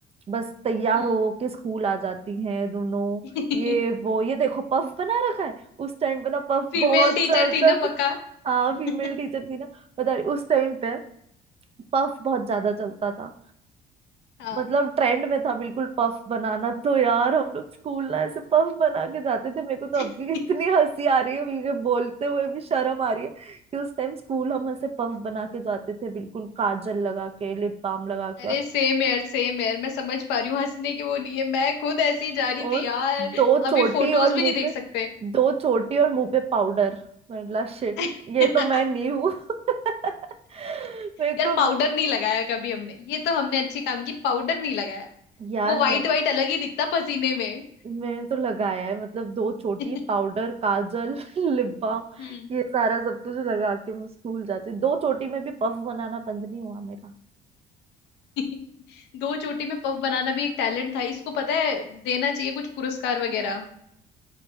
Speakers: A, on the right; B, on the left.
A: बस तैयार
B: हम्म
A: हो के स्कूल आ जाती हैं दोनों
B: <laughs>
A: ये वो ये देखो पफ बना रखा है उस टाइम पे ना पफ
B: फीमेल
A: बहुत
B: टीचर
A: चलता
B: थी ना
A: था
B: पक्का
A: हाँ
B: <laughs>
A: फीमेल टीचर थी ना बता रही उस टाइम पे पफ बहुत ज्यादा चलता था
B: हाँ
A: मतलब ट्रेंड में था बिल्कुल पफ बनाना तो यार हम लोग स्कूल ना ऐसे पफ बना के जाते थे मेरे को
B: <laughs>
A: तो अभी इतनी हंसी आ रही है मुझे बोलते हुए भी शर्म आ रही है कि उस टाइम स्कूल हम ऐसे पफ बना के जाते थे बिल्कुल काजल लगा के लिप बाम लगा के
B: अरे
A: और
B: सेम यार सेम यार मैं समझ पा रही हूँ हंसने की वो नहीं है मैं खुद ऐसी ही
A: <laughs>
B: जा रही
A: और
B: थी यार
A: दो चोटी
B: अभी फोटोज
A: और
B: भी
A: मुंह
B: नहीं देख
A: पे
B: सकते
A: दो चोटी और मुंह पे पाउडर मतलब शिट
B: <laughs>
A: ये तो मैं नहीं हूँ <laughs> मेरे
B: यार
A: को
B: पाउडर नहीं लगाया कभी हमने ये तो हमने अच्छी काम की पाउडर नहीं लगाया
A: यार
B: वो वाइट
A: मैं
B: वाइट अलग ही दिखता पसीने में
A: मैंने तो लगाया है मतलब दो छोटी
B: <laughs>
A: पाउडर काजल <laughs> लिप बाम
B: हम्म
A: ये सारा सब कुछ लगा के मैं स्कूल जाती दो छोटी में भी पफ बनाना बंद नहीं हुआ मेरा
B: <laughs> दो चोटी में पफ बनाना भी एक टैलेंट था इसको पता है देना चाहिए कुछ पुरस्कार वगैरह
A: हम्म।